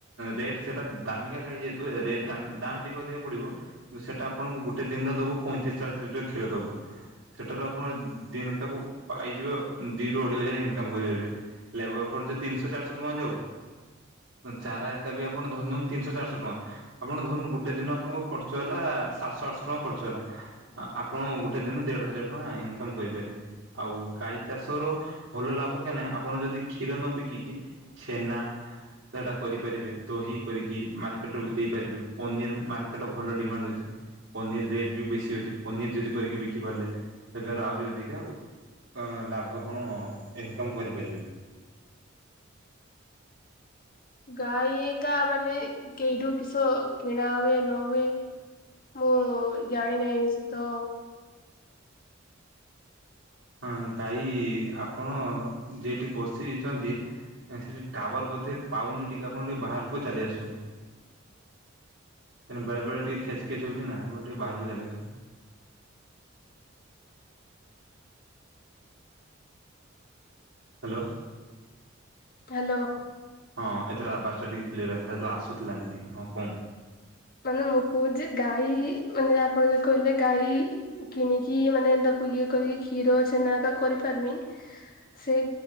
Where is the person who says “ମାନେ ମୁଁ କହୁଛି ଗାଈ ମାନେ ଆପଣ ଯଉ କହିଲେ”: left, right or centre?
Left